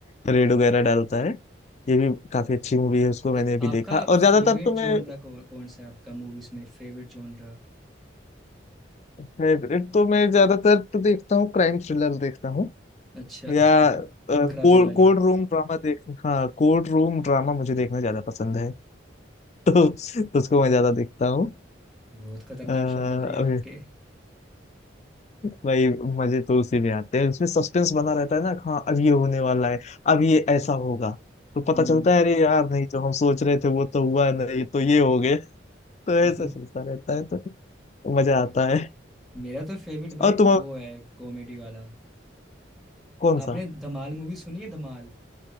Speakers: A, on the left; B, in the centre.
A: रेड वगैरह डालता है ये भी काफी अच्छी मूवी है उसको
B: तो
A: मैंने भी
B: आपका
A: देखा और
B: फेवरेट
A: ज्यादातर तो मैं
B: जॉनरा कौन कौन सा है आपका मूवीज में फेवरेट जॉनरा
A: फेवरेट तो मैं ज्यादातर तो देखता हूँ क्राइम थ्रिलर देखता हूँ
B: अच्छा
A: या
B: <laughs> खून
A: कोर्ट
B: खराबे वाली
A: कोर्ट रूम ड्रामा देख हाँ कोर्ट रूम ड्रामा मुझे देखना ज्यादा पसंद है तो उसको मैं ज्यादा देखता हूँ
B: बहुत खतरनाक
A: अ,
B: शौक है भाई
A: अभी
B: आपके
A: भाई मजे तो उसी में आते हैं उसमें सस्पेंस बना रहता है ना हाँ अब ये होने वाला है अब ये ऐसा होगा तो पता
B: हम्म
A: चलता है अरे यार नहीं जो हम सोच रहे थे वो तो हुआ नहीं तो ये हो गया तो ऐसा
B: <laughs>
A: चलता रहता है तो मजा आता है
B: मेरा तो फेवरेट भाई
A: और तुम
B: वो है कॉमेडी वाला
A: कौन
B: आपने
A: सा
B: धमाल मूवी सुनी है धमाल